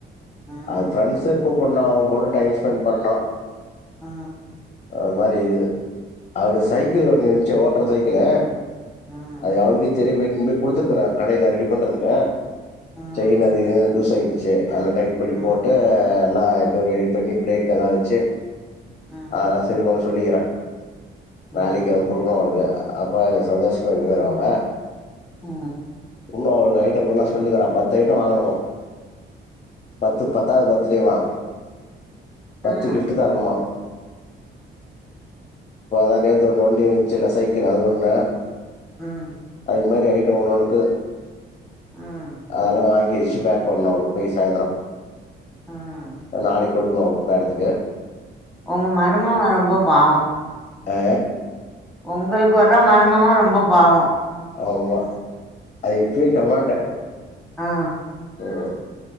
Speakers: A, in the centre; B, on the left.
A: ம்
B: அவ் ஃப்ரெண்ஸு கூ போட்னுவ் அவ்ங் கூட டைம் ஸ்பெண் பண்னு
A: ஆ
B: அ மாரி இருக்குது அவ்ரு சைக்கிள் ஒன்னு இன்ச்சே ஓட் ட்ர சைக்கிள
A: ம்
B: அத் அவ்ளுக்கே தெரிய போய் இம்பே குடுத்துர்க்கற கடய்ல ரெடி பண்றதுக்க
A: ம்
B: செய்ன அதிக லூச் ஆய்ர்ச்சே நல்ல டைட் பன்னி
A: ம்
B: போட்டே லா எதோ ரெடி பண்ணி ப்ரேக் எல்லா வச்சு
A: ம்
B: ஆஆ சரி பாஸ் பன்னிக்கிற
A: ம் ம்
B: நாளைக் அவ் குடுக்குணு அவ்ளுக்கா அப்பாரு சந்தோஸ்மா இக்குராவ்ங்க
A: ஆ
B: இன்னு அவ்ளு ஐட்டம் என்னா சொல்லுக்குறா பத்து ஐட்ட வாங்கணுமோ பத்து பத்தாவ் வர் ச்சிரிவா
A: ம்
B: பத்து கிஃப்ட்டு தரணுமா போதா நேத்து ஒண் ஒண்டி வந்ச்சுல்ல சைக்கிளு அது ஒண்ண
A: ம்
B: இந் மாரி ஐட்டோ வரு உனக்கு
A: ம்
B: அதல்லா வாங்கி வெச் சு பேக் பண்ணு அவுளுக் போயி சாய்ந்ரோ
A: ம்
B: அ நாளை குடுக்குணு அவுளுக் மேடத்துக்கு
A: உங்க மருமவ ரொம்ப பாவோ
B: அ
A: உங்களுக்கு வர்ற மருமவ ரொம்ப பாவோ
B: ஆமா அது இப்பியே கமேண்ட
A: ஆ
B: ம்